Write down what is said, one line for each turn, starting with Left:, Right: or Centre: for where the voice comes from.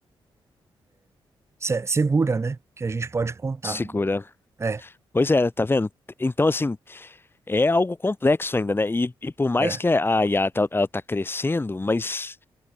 Right: se- segura, né? Que a gente pode contar.
Left: segura.
Right: É.
Left: Pois é, tá vendo? Então, assim, é algo complexo ainda, né? E, e por mais
Right: é.
Left: que a IA tá, ela tá crescendo, mas